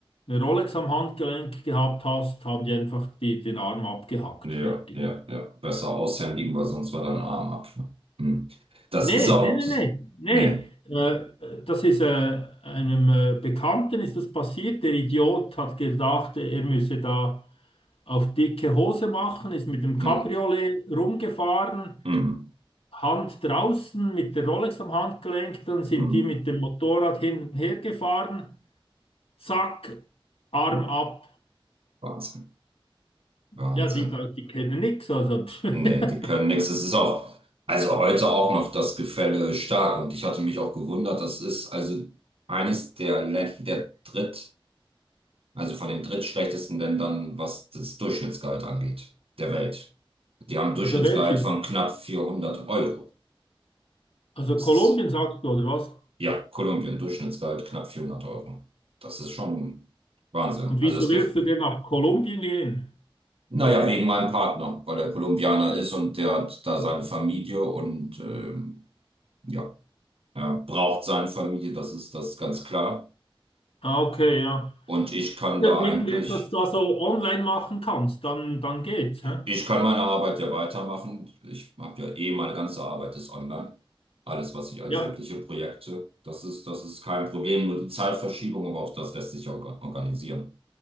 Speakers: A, on the left (about 80°); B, on the right (about 80°).
A: eine Rolex am Handgelenk gehabt hast, haben die einfach die, den Arm abgehackt,
B: ja,
A: fertig.
B: ja, ja. Besser aushändigen, weil sonst war dein Arm ab. Ne? Hm. Das
A: Nee,
B: ist auch.
A: nee, nee,
B: Das,
A: nee, nee.
B: nee.
A: Äh, das ist äh, einem äh, Bekannten ist das passiert. Der Idiot hat gedacht, er müsse da auf dicke Hose machen, ist mit dem Cabriolet
B: Hm,
A: rumgefahren,
B: hm,
A: Hand draußen, mit der Rolex am Handgelenk, dann sind
B: hm.
A: die mit dem Motorrad hinten hergefahren, zack, Arm
B: hm.
A: ab.
B: Wahnsinn, Wahnsinn.
A: Ja, die, die kennen nichts, also, pff. <laughs>
B: Nee, die können nichts. Es ist auch, also heute auch noch das Gefälle stark. Und ich hatte mich auch gewundert, das ist also eines der Länder, der dritt, also von den drittschlechtesten Ländern, was das Durchschnittsgehalt angeht, der Welt. Die haben ein Durchschnittsgehalt
A: also welche?
B: von knapp 400 Euro.
A: Also
B: Das
A: Kolumbien
B: ist,
A: sagst du, oder was?
B: ja, Kolumbien, Durchschnittsgehalt knapp 400 Euro. Das ist schon Wahnsinn.
A: Und
B: Also
A: wieso
B: es
A: willst
B: gibt,
A: du denn nach Kolumbien gehen?
B: naja, wegen meinem Partner, weil er Kolumbianer ist und der hat da seine Familie und, ähm, ja. Er braucht seine Familie, das ist das ist ganz klar.
A: Ah, okay, ja.
B: Und ich kann
A: Oder
B: da
A: Wenn du
B: eigentlich,
A: irgendetwas da so online machen kannst, dann, dann geht's,
B: ich
A: hä?
B: kann meine Arbeit ja weitermachen. Ich habe ja eh, meine ganze Arbeit ist online. Alles, was ich, alle
A: Ja.
B: sämtliche Projekte, das ist, das ist kein Problem. Nur die Zeitverschiebung, aber auch das lässt sich ja orga- organisieren.